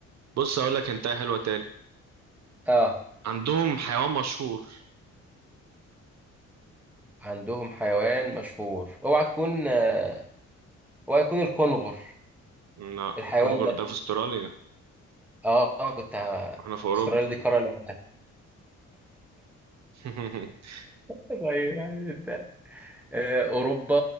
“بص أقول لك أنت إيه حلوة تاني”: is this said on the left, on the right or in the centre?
Right